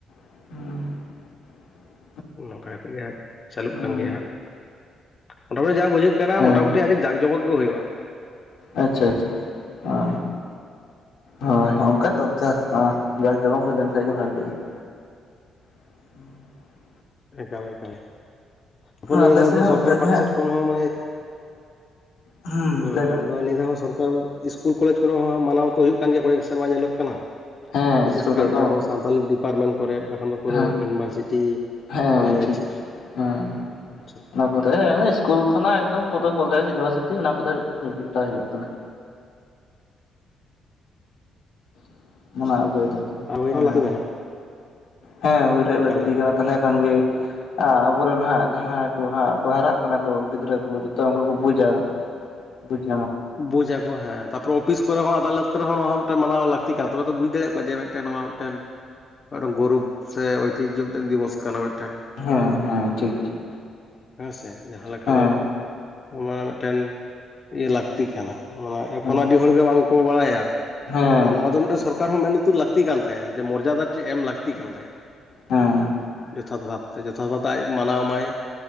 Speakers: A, on the left (about 75°); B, on the left (about 40°).
A: <unintelligible>
B: ᱱᱚᱝᱠᱟ ᱠᱟᱛᱮᱫ ᱜᱮ ᱦᱟᱸᱜ ᱪᱟᱹᱞᱩᱜ
A: ᱦᱩᱸ
B: ᱠᱟᱱ ᱜᱮᱭᱟ ᱦᱟᱸᱜ᱾ ᱢᱚᱴᱟᱢᱩᱴᱤ ᱡᱟ ᱵᱩᱡᱷᱟᱹᱜ ᱠᱟᱱᱟ
A: ᱦᱮᱸ
B: ᱢᱚᱴᱟᱢᱩᱴᱤ ᱟᱹᱰᱤ ᱡᱟᱸᱠ ᱡᱚᱢᱚᱠ ᱜᱮ ᱦᱩᱭᱩᱜᱼᱟ ᱾
A: ᱟᱪᱪᱷᱟ ᱟᱪᱪᱷᱟ ᱦᱚᱸ ᱦᱚᱭ ᱚᱱᱠᱟ ᱫᱚᱨᱠᱟᱨ ᱾ ᱡᱟᱠ ᱦᱚᱸ ᱡᱟᱠ ᱡᱚᱢᱚᱠ ᱞᱮᱱ ᱠᱷᱟᱡ ᱜᱮ ᱵᱷᱟᱜᱤᱭᱟ ᱾ <inaudible>
B: ᱮᱠᱟᱞ ᱮᱠᱟᱞ ᱮ ᱟᱵᱚ ᱱᱤᱭᱟᱹ
A: ᱟᱞᱮ
B: ᱫᱷᱟᱣ
A: ᱥᱮᱫ
B: ᱫᱚ
A: ᱦᱚᱸ
B: ᱥᱚᱨᱠᱟᱨ
A: ᱚᱱᱠᱟ ᱜᱮ
B: ᱯᱟᱦᱴᱟ
A: ᱦᱟᱸᱜ
B: ᱥᱮᱫ ᱠᱷᱚᱱ ᱦᱚᱸ
A: ᱦᱩᱸ
B: <unintelligible>
A: ᱞᱟᱹᱭ ᱵᱮᱱ
B: ᱟᱫᱚ ᱱᱤᱭᱟ ᱫᱷᱟᱣ ᱦᱚᱸ ᱥᱚᱨᱠ ᱤᱥᱠᱩᱞ ᱠᱚᱞᱮᱡᱽ ᱠᱚᱨᱮ ᱦᱚᱸ ᱢᱟᱱᱟᱣ ᱫᱚ ᱦᱩᱭᱩᱜ ᱠᱟᱱ ᱜᱮᱭᱟ <unintelligible> ᱥᱮᱨᱢᱟ ᱧᱮᱞᱚᱜ ᱠᱟᱱᱟ᱾
A: ᱦᱮᱸ
B: ᱵᱤᱥᱮᱥ
A: ᱤᱥᱠᱩᱞ
B: ᱠᱟᱭ
A: ᱠᱷᱚᱡ ᱠᱚ
B: ᱛᱮ
A: ᱠᱚᱢᱚᱱ
B: ᱟᱵᱚ ᱥᱟᱱᱛᱟᱞᱤ ᱰᱤᱯᱟᱨᱢᱮᱱᱴ ᱠᱚᱨᱮ ᱵᱟᱠᱷᱟᱱ ᱫᱚ ᱯᱩᱨᱟᱹ
A: ᱦᱮᱸ
B: ᱤᱭᱩᱱᱤᱵᱷᱟᱨᱥᱤᱴᱤ
A: ᱦᱮᱸ
B: ᱠᱚᱞᱮᱡᱽ
A: ᱴᱷᱤᱠ ᱦᱮᱸ
B: ᱟᱪᱪᱷᱟ
A: ᱚᱱᱟ ᱠᱚᱨᱮ ᱤᱥᱠᱩᱞ ᱠᱷᱚᱱᱟᱜ ᱮᱫᱚᱢ <unintelligible> ᱭᱩᱱᱤᱵᱷᱟᱨᱥᱤᱴᱤ ᱚᱱᱟ ᱠᱚᱨᱮ ᱜᱚᱴᱟ ᱦᱩᱭᱩᱜ ᱠᱟᱱᱟ <unintelligible> ᱢᱟᱱᱟᱣ ᱟᱹᱜᱩ ᱭᱮᱫᱟᱠᱚ
B: ᱟᱨ ᱦᱩᱭ
A: ᱦᱮᱸ
B: ᱦᱚᱸ ᱞᱟᱹᱠᱛᱤ ᱢᱮᱱᱟᱜᱼᱟ
A: ᱦᱮᱸ ᱦᱩᱭ ᱨᱮᱭᱟᱜ
B: ᱮᱠᱟᱞ
A: ᱞᱟᱹᱠᱛᱤ
B: ᱜᱮ ᱮᱠᱟᱞ
A: ᱠᱟᱱᱟ ᱛᱟᱦᱚᱞᱮ
B: ᱜᱮ
A: ᱠᱷᱟᱱᱜᱮ ᱟᱵᱚᱨᱮᱱ ᱦᱟᱸᱜ ᱡᱟᱦᱟᱸᱭ ᱠᱚ ᱦᱟᱸᱜ ᱦᱟᱨᱟᱜ ᱠᱟᱱᱟ ᱠᱚ ᱜᱤᱫᱽᱨᱟᱹ ᱠᱚ ᱡᱚᱛᱚ ᱩᱱᱠᱩ ᱠᱚ ᱵᱩᱡᱟ ᱾ <unintelligible>
B: ᱵᱩᱡᱟᱠᱚ ᱦᱮᱸ ᱛᱚᱯ ᱚᱯᱷᱤᱥ ᱠᱚᱨᱮ ᱦᱚᱸ ᱟᱫᱟᱞᱚᱛ ᱠᱚᱨᱮ ᱦᱚᱸ ᱱᱚᱣᱟ ᱦᱚᱸ ᱢᱤᱫᱴᱮᱱ ᱢᱟᱱᱟᱣ ᱞᱟᱹᱠᱛᱤ ᱠᱟᱱᱟ ᱛᱚᱵᱮ ᱛᱚ ᱵᱩᱡᱽ ᱫᱟᱲᱮᱭᱟᱜ-ᱟ ᱠᱚ ᱡᱮ ᱢᱤᱫᱴᱮᱱ ᱱᱚᱣᱟ ᱢᱤᱫᱴᱮᱱ ᱢᱤᱫᱴᱟᱝ ᱜᱚᱨᱚᱵᱽ ᱥᱮ ᱳᱭᱛᱤᱦᱡᱚ ᱢᱤᱫᱴᱮᱱ ᱫᱤᱵᱚᱥ ᱠᱟᱱᱟ ᱢᱤᱫ ᱢᱤᱫᱴᱟᱝ
A: ᱦᱮᱸ ᱦᱮᱸ ᱴᱷᱤᱠ ᱴᱷᱤᱠ
B: <unintelligible> ᱦᱮᱥᱮ ᱡᱟᱦᱟᱸ ᱞᱮᱠᱟ
A: ᱦᱮᱸ
B: ᱫᱚ ᱚᱱᱟ ᱢᱤᱫᱴᱮᱱ ᱤᱭᱟᱹ ᱞᱟᱹᱠᱛᱤ ᱠᱟᱱᱟ ᱢᱟᱱᱮ ᱮᱠᱷᱚᱱ
A: ᱦᱮᱸ
B: ᱟᱹᱰᱤ ᱦᱚᱲ ᱜᱮ ᱵᱟᱝ ᱠᱚ ᱵᱟᱲᱟᱭᱟ ᱾
A: ᱦᱮᱸ ᱦᱮᱸ
B: ᱟᱨ ᱱᱚᱣᱟ ᱫᱚ ᱢᱤᱫᱴᱟᱱ ᱥᱚᱨᱠᱟᱨ ᱦᱚᱸ ᱢᱮᱫ ᱞᱩᱛᱩᱨ ᱞᱟᱹᱠᱛᱤ ᱠᱟᱱ ᱛᱟᱭᱟ ᱡᱮ ᱢᱚᱨᱡᱟᱫᱟ ᱴᱮᱜ ᱮᱢ ᱞᱟᱹᱠᱛᱤ ᱠᱟᱱ ᱛᱟᱭᱟ᱾
A: ᱦᱮᱸ
B: ᱡᱚᱛᱷᱟᱛ ᱵᱷᱟᱵᱽᱛᱮ ᱡᱚᱛᱷᱟᱛ ᱵᱷᱟᱵᱛᱮ ᱟᱡ ᱢᱟᱱᱟᱣ ᱢᱟᱭ᱾